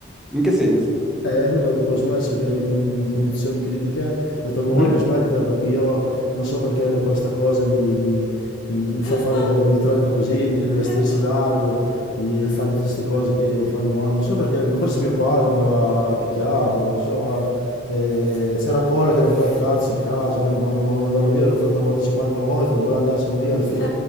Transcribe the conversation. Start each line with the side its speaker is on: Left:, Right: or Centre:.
Centre: In che senso?
Left: Eh, poi quando dopo ho smesso, che ero in in condizioni critiche, ho detto, ma
Centre: Mhm.
Left: voglio smettere perché io non so perché questa cosa mi, mi- mi- mi fa fare, <laughs> mi tratta così, di vestirsi largo, di fare tutte queste cose che mi fanno male. Non so perché, forse mio padre mi aveva picchiato, non lo so, guarda. Eh, c'era Cola che rompeva il cazzo in casa, che lo mand- voleva mandarlo via, l'ho fatto a volte 50 volte, non voleva andarsene via, alla fine